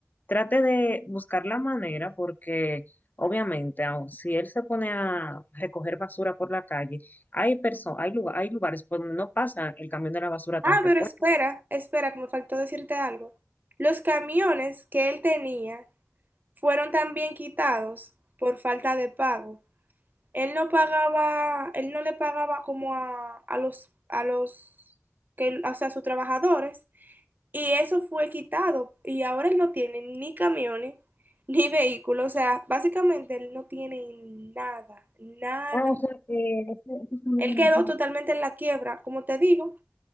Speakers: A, on the left (about 40°); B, on the right (about 40°).
A: trate de buscar la manera porque obviamente aun si él se pone a recoger basura por la calle, hay personas, hay lugar, hay lugares por donde no pasa el camión de la basura
B: Ah,
A: tan frecuente.
B: pero espera, espera, que me faltó decirte algo. Los camiones que él tenía fueron también quitados por falta de pago. Él no pagaba, él no le pagaba como a, a los, a los que, o sea, a sus trabajadores, y eso fue quitado. Y ahora él no tiene ni camiones ni vehículos. O sea, básicamente él no tiene nada, nada.
A: Ah, o sea que ese- esos camiones
B: Él quedó
A: eran así.
B: totalmente en la quiebra, como te digo,